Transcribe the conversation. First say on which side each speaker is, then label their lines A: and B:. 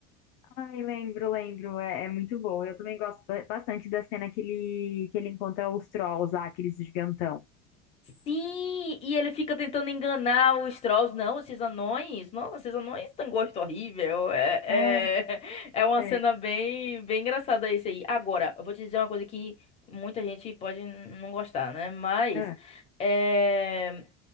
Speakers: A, on the left; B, on the left.
A: Ai, lembro, lembro. É, é muito bom. Eu também gosto ba- bastante da cena que ele, que ele encontra os trolls lá, aqueles gigantão.
B: Sim, e ele fica tentando enganar os trolls. Não, esses anões. Nossa, esses anões têm um gosto horrível. É,
A: É,
B: é, <laughs> é uma
A: é.
B: cena bem, bem engraçada esse aí. Agora, eu vou te dizer uma coisa que muita gente pode n- não gostar, né? Mas
A: é.
B: é,